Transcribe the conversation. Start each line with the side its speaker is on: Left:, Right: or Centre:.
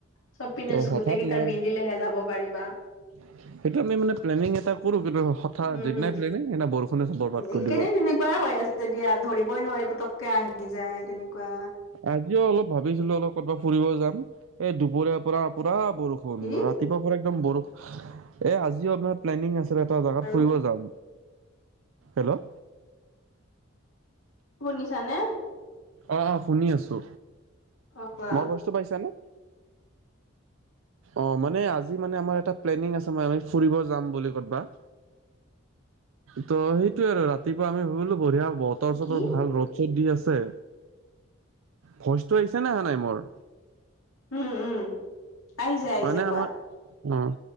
Left: চব পিনে
Right: ত হঠাৎ
Left: গোটেই কেইটাৰ
Right: মই
Left: মিলিলেহে যাব পাৰিবা,
Right: সেইটো আমি মানে প্লেনিং এটা কৰো কিন্তু হঠাৎ
Left: উম।
Right: যিদিনাই প্লেনিং, সিদিনাই বৰষুণে চফব বৰবাদ
Left: উম,
Right: কৰি দিব।
Left: এইকেইদিন তেনেকুৱাই হৈ আছে দিয়া, ধৰিবই নোৱাৰি পতককে আহি যায় তেনেকুৱা।
Right: আজিও অলপ ভাবিছিলো অলপ কৰ'ৰবাত ফুৰিব যাম, এই দুপৰীয়া পৰা, পুৰা বৰষুণ
Left: কি
Right: ৰা ৰাতিপুৱাৰ পৰা একদম বৰষুণ, এ আজিও আমাৰ প্লেনিং আছিল এটা জেগাত
Left: আৰু
Right: ফুৰিব যাম। হেল্ল'।
Left: শুনিছা নে?
Right: অ', অ' শুনি আছো,
Left: অ', কোৱা।
Right: মোৰ ভইচটো পাইছানে? অ', মানে আজি মানে আমাৰ এটা প্লেনিং আছে, ম আমি ফুৰিব যাম বুলি ক'বাত। ত' সেইটোয়ে আৰু ৰাতিপুৱা আমি ভাবিলো বঢ়িয়া বতৰ
Left: কি?
Right: চতৰ ভাল ৰ'দ চ'দ দি আছে, ভইচটো আহিছে নে অহা নাই মোৰ?
Left: উম, উম। আহিছে আহিছে
Right: মানে
Left: কোৱা
Right: আমাৰ, অ',